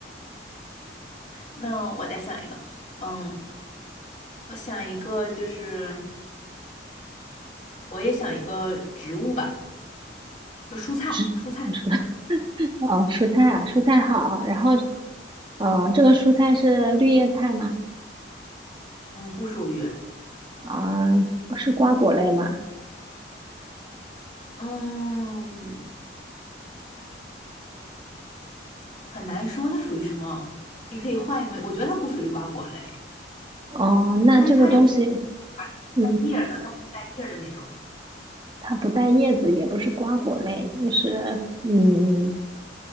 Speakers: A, on the left; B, on the right.
A: 那我再想一个，嗯，我想一个就是我也想一个植物吧，就蔬菜，
B: 汁，
A: 蔬菜，
B: 不是，<laughs> 哦，蔬菜啊，蔬菜好，然后，呃，这个蔬菜是绿叶菜嘛，
A: 嗯，不属于，
B: 啊、是瓜果类嘛，
A: 嗯，很难说它属于什么，你可以换一个位，我觉得它不属于瓜果类，
B: 哦、那这个东西。
A: 但是它也不是
B: 嗯。
A: 带叶儿的，它不是带叶儿的那种
B: 它不带叶子，也不是瓜果类，那是嗯